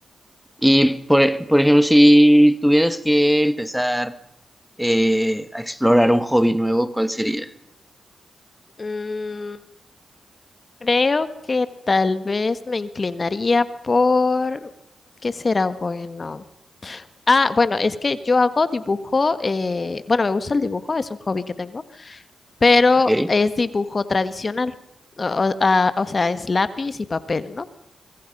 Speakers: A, in the centre; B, on the left.
A: Y por, e- por ejemplo, si tuvieras que empezar eh, a explorar un hobby nuevo, ¿cuál sería?
B: Mm, Creo que tal vez me inclinaría por... ¿Qué será bueno? Ah, bueno, es que yo hago dibujo, eh, bueno, me gusta el dibujo, es un hobby que tengo, pero
A: Ok,
B: es dibujo tradicional, o, o- ah, o sea, es lápiz y papel, ¿no?